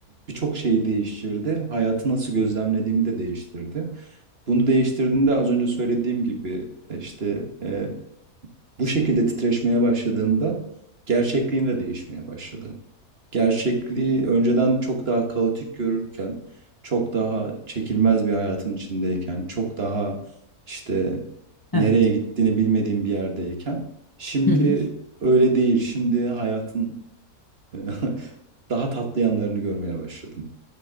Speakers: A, on the right (about 45°); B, on the left (about 35°).
A: birçok şeyi değiştirdi. Hayatı nasıl gözlemlediğimi de değiştirdi. Bunu değiştirdiğinde az önce söylediğim gibi e, işte e, bu şekilde titreşmeye başladığımda gerçekliğim de değişmeye başladı. Gerçekliği önceden çok daha kaotik görürken, çok daha çekilmez bir hayatın içindeyken, çok daha işte nereye
B: Evet.
A: gittiğini bilmediğim bir yerdeyken, şimdi
B: Hı hı.
A: öyle değil. Şimdi hayatın Eee, <laughs> daha tatlı yanlarını görmeye başladım.